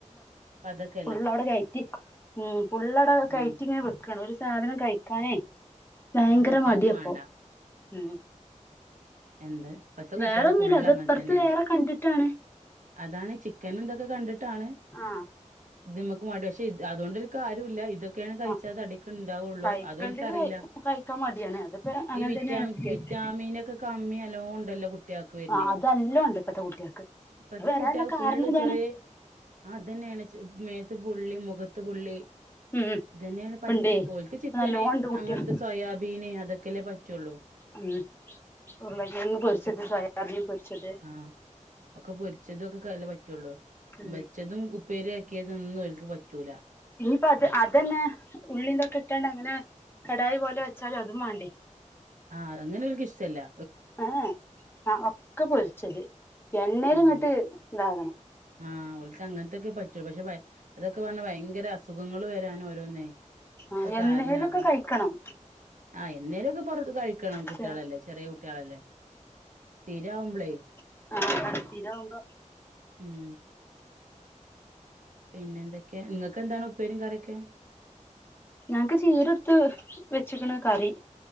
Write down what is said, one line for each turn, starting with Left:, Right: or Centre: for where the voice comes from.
Right: അതൊക്കെല്ലേ
Left: ഫുള്ളവടെ കയറ്റി ഉം ഫുള്ളടെ കയറ്റി
Right: ആഹ്
Left: ങ്ങനെ വെക്കാണ് ഒരു സാധനം കയ് ക്കാനെ ഭയങ്കര
Right: ആഹ് കുട്ടികൾക്ക്
Left: മട്യപ്പോ
Right: വേണ്ട
Left: ഉം
Right: എന്ത് ഇപ്പത്തെ കുട്ട്യാള്
Left: വേറൊന്നുല്ല
Right: ഫുള്ള്
Left: അത്
Right: അങ്ങൻതന്നെണ്
Left: ഇപ്പറത്ത് വേറെ കണ്ടിട്ടാണ്
Right: അതാണ് ചിക്കനും തൊക്കെ കണ്ടി താണ്
Left: ആഹ്
Right: ഇത് മ്മക്ക് മാണ്ടി പക്ഷെ ഇത് അതോണ്ടൊരു കാര്യോല്ല ഇത ക്കേണ് കഴിച്ചാ
Left: ആഹ്
Right: തടിക്ക് ഇണ്ടാവൊള്ളൂ
Left: കഴിക്കേണ്ടത്
Right: അതോൽലിക്കറില
Left: കഴി കഴിക്കാൻ മടിയാണ് അതിപ്പോ അങ്ങനെ
Right: ഈ വിറ്റാ
Left: തന്നെയാണ് കുട്ടികൾക്ക്
Right: വിറ്റാമിനൊക്കെ അമ്മി അലോ ഉണ്ടല്ലോ കു കുട്യേക്ക വര്ണ്
Left: ആഹ് അതല്ലോ ഉണ്ട് ഇപ്പത്തെ കുട്ടികൾക്ക്
Right: ഇപ്പത്തെ
Left: അത് വരാനുള്ള
Right: കുട്ടികള്
Left: കാരണം
Right: ഫുള്ള്
Left: ഇതാണ്
Right: ചെറിയ ആതെന്നേണ് <unintelligible> മേത് ത്ത് പുള്ളി മുഖത്ത് പുള്ളി
Left: ഉം
Right: ഇതന്നേണ് പറ്റ്
Left: ഉണ്ടേ
Right: ഓൽക്ക് ചിക്കന്
Left: നല്ലോണ്ട് കുട്ടികൾ
Right: അങ്ങനത്തെ സോയാബീന് അതൊക്കെല്ലേ പറ്റുള്ളൂ
Left: ഉം ഉരുളക്കിഴങ്ങ് പൊരിച്ചത്
Right: പച്ചക്ക്
Left: സോയാബീൻ പൊരിച്ചത്
Right: ആ ഒക്കെ പൊരിച്ചതൊക്കെ കല്ലെ പറ്റുള്ളൂ
Left: ഉം
Right: വെച്ചതും ഉപ്പേരിയാക്കിയ ഇതൊന്നും ഓൽക്ക് പറ്റൂല
Left: അപ്പ അത് അതന്നെ ഉള്ളീന്തൊക്കെ ഇട്ടാണ്ട് അങ്ങനെ കടായി പോലെ വെച്ചാലും അതും വാണ്ടെ
Right: ആ അങ്ങനെ ഓൻക്ക്ഷ്ടല്ല്യ
Left: ആ ആ ഓ ഒക്കെ പൊരിച്ചത് എണ്ണേല്
Right: ഉം
Left: ഇങ്ങട്ട് ഇതാകണം
Right: ആ ഓൽക്ക് അങ്ങനത്തക്കെ പറ്റൂ പക്ഷെ ഭയ അതൊക്കെ പറഞാ ഭയ ങ്കര അസുഖങ്ങള് വരാൻ ഓരോന്നേ
Left: ആ
Right: ഇപ്പൊ
Left: എന്നേലുംക്കെ
Right: കാരണാകും
Left: കഴിക്കണം
Right: ആഹ് എന്നേലൊക്കെ പുറത്ത് കഴിക്കണം കുട്ടികളല്ലേ
Left: ആഹ്
Right: ചെറിയ കുട്ടികളല്ലേ സ്ഥിരാവുമ്പളേ
Left: ആഹ് ഇതാവുമ്പോ
Right: ഉം പിന്നെ എന്തൊക്കെയ ഇങ്ങ ക്കെ എന്താണ് ഉപ്പേരിം കറ്യെക്കെ
Left: ഞങ്ങക്ക് ചീരെട്ത്ത് വെച്ച്ക്ക്ണ് കറി